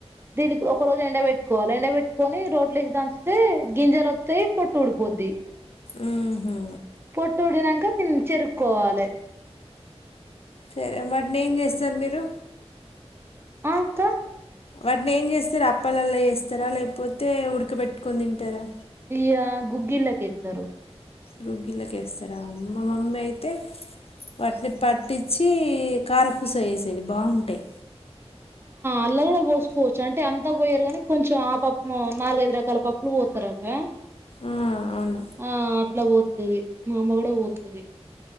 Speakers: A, on the right; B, on the left.
A: దీనికి ఒక రోజు ఎండ పెట్టుకోవాలి ఎండ పెట్టుకొని రోట్లేసి దాంచిే గింజలు వస్తాయి పొట్టు ఊడిపోద్ది
B: ఉహు
A: పొట్టుడినంక చెరుకోవాలి
B: సరే వాటిని ఏం చేస్తారు మీరు
A: ఆ అక్కా
B: వాటిని ఏం చేస్తారు అప్పలలా చేస్తారా లేకపోతే ఉడకబెట్టుకని తింటారా
A: ఇయ గుగ్గిలాక ఇత్తారు
B: గుగ్గియలేసి ఇర అమ్మ మమ్మీ అయితే వాట్ని పట్టించి కారపూస వేసేది బాగుంటాయి
A: అల్లా కూడా పోసుకోవచ్చు అంటే అంతా పోయారు కానీ కొంచెం ఆ పప్పు నాలుగైదు రకాల పప్పులు పోతారట
B: ఆ, అవును
A: ఆ అట్లా బో <unintelligible> మా అమ్మ కూడా పోతది